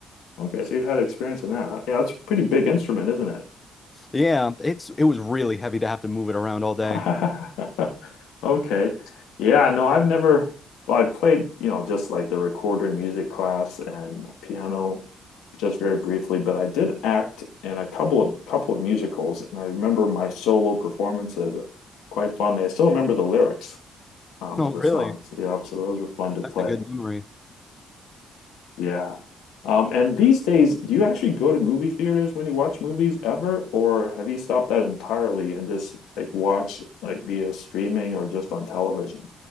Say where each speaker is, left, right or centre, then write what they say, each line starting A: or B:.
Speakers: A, on the left; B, on the left.
A: Okay. So you've had experience in that. Yeah, that's a pretty big instrument, isn't it?
B: Yeah, it's it was really heavy to have to move it around all day.
A: <laughs> Okay. Yeah, no, I've never, well, i played, you know, just like the recorder in music class and piano just very briefly, but I did act in a couple of couple of musicals and I remember my solo performances quite fondly. I still remember the lyrics um,
B: Oh,
A: of the
B: really?
A: songs. Yeah, so those were fun to play.
B: That's a good memory.
A: Yeah. Um, and these days, do you actually go to movie theaters when you watch movies ever, or have you stopped that entirely and just like watch like via streaming or just on television?